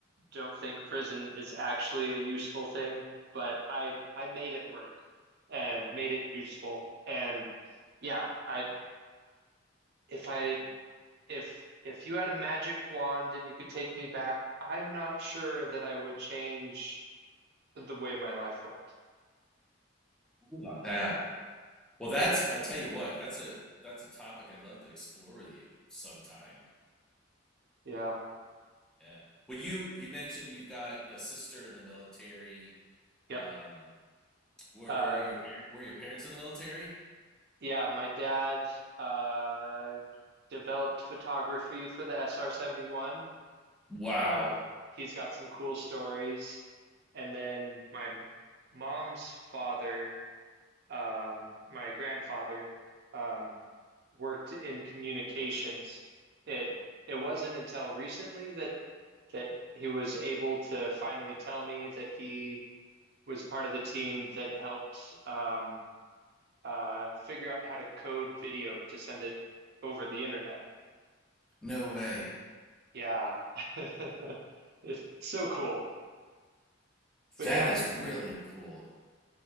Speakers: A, on the right; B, in the centre.
A: don't think prison is actually a useful thing, but I I made it work and made it useful. And yeah, I if I if if you had a magic wand and you could take me back, I'm not sure that I would change the way my life went.
B: about that. Well, that's I tell you what, that's a that's a topic I'd love to explore with you sometime.
A: Yeah.
B: Yeah. Well, you you mentioned you've got a sister in the military.
A: Yep.
B: Um, were
A: Uh,
B: your parents were your parents in the military?
A: yeah, my dad uh, developed photography for the SR-71.
B: Wow.
A: Uh, he's got some cool stories. And then my mom's father, um, my grandfather, um, worked in communications. It it wasn't until recently that that he was able to finally tell me that he was part of the team that helped um, uh, figure out how to code video to send it over the internet.
B: No way.
A: Yeah. <laughs> It's so cool. But
B: That
A: yeah,
B: is really cool. <laughs>